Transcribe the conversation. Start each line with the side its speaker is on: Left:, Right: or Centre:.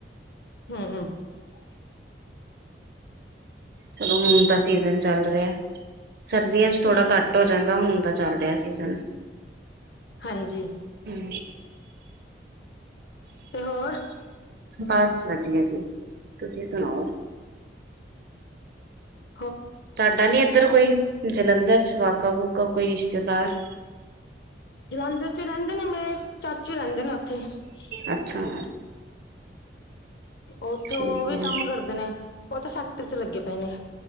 Left: ਹਮ ਮੇਰਾ ਕਿਹੜਾ ਪਬਲਿਕ
Right: ਚਲੋ ਹੁਣ ਤਾਂ ਸੀਜਨ ਚੱਲ ਰਿਹਾ ਸਰਦੀਆਂ ਚ ਥੋੜਾ
Left: ਹੂੰ
Right: ਘੱਟ ਹੋ ਜਾਂਦਾ ਹੁਣ ਤਾਂ ਚੱਲ ਰਿਹਾ ਸੀਜ਼ਨ
Left: ਹਾਂਜੀ
Right: ਹ
Left: ਤੇ ਹੋਰ
Right: ਬਸ ਵਧੀਆ ਜੀ ਤੁਸੀਂ ਸੁਣਾਓ
Left: ਹਮ
Right: ਤੁਹਾਡਾ ਨੀ ਇੱਧਰ ਕੋਈ ਜਲੰਧਰ ਚ ਵਾਕ ਫੂਕਾ ਕੋਈ ਰਿਸ਼ਤਾ ਚਦਾਰ
Left: ਜਲੰਧਰ ਚ ਰਹਿੰਦੇ ਨੇ ਮੇਰੇ ਚਾਚੂ ਰਹਿੰਦੇ ਨੇਥੇ ੱ ਅਤੇ
Right: ਅੱਛਾ
Left: ਉੱਥੇ
Right: ਠੀਕ
Left: ਉਹ ਵੀ
Right: ਹੈ
Left: ਕੰਮ ਕਰਦੇ ਨੇ ਉਹ ਤਾਂ ਫੈਕਟਰੀ ਚ ਲੱਗੇ ਪਏ ਨੇ